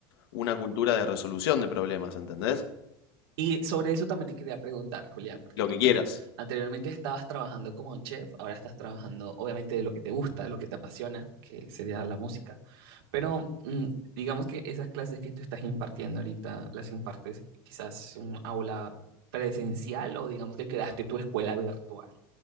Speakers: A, on the left; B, on the right.
A: una cultura de resolución de problemas, ¿entendés?
B: Y sobre eso también te quería preguntar, Julia, porque,
A: Lo que quieras.
B: bueno, anteriormente estabas trabajando como chef, ahora estás trabajando, obviamente, de lo que te gusta, de lo que te apasiona, que sería la música. Pero mm, digamos que esas clases que tú estás impartiendo ahorita, las impartes quizás en un aula presencial o digamos que creaste tu escuela virtual.